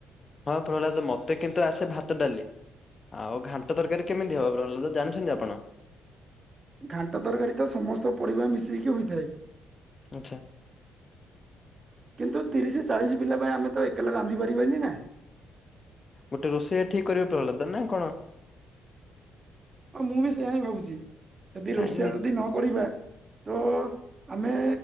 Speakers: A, on the left (about 30°); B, on the right (about 35°).
A: ହଁ ପ୍ରହ୍ଲାଦ ମତେ କିନ୍ତୁ ଆସେ ଭାତ ଡାଲି। ଆଉ ଘାଣ୍ଟ ତରକାରୀ କେମିତି ହବ ପ୍ରହ୍ଲାଦ ଜାଣିଛନ୍ତି ଆପଣ।
B: ଘାଣ୍ଟ ତରକାରୀ ତ ସମସ୍ତ ପରିବା ମିଶେଇକି ହୋଇଥାଏ।
A: ଆଚ୍ଛା।
B: କିନ୍ତୁ ତିରିଶ ଚାଳିଶ ପିଲା ପାଇଁ ଆମେ ତ ଏକେଲା ରାନ୍ଧି ପାରିବନି ନା।
A: ଗୋଟେ ରୋଷେଇଆ ଠିକ କରିବା <unintelligible> ନା କଣ?
B: ହଁ ମୁଁ ବି ସେଇଆା ହିଁ ଭାବୁଛି ଯଦି
A: ନାଇଁ
B: ରୋଷିଆ
A: ନି
B: ଯଦି ନକରିବା। ତ ଆମେ